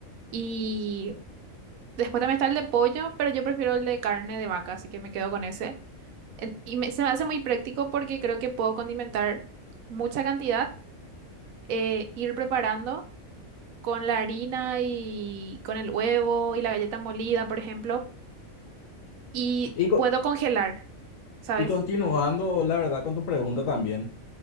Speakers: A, on the right; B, on the left.
A: Y después también está el de pollo, pero yo prefiero el de carne de vaca, así que me quedo con ese. En- Y me- se me hace muy práctico porque creo que puedo condimentar mucha cantidad, eh, ir preparando con la harina y con el huevo y la galleta molida, por ejemplo, y
B: Y, co-
A: puedo congelar, ¿sabes?
B: y continuando, la verdad, con tu pregunta también,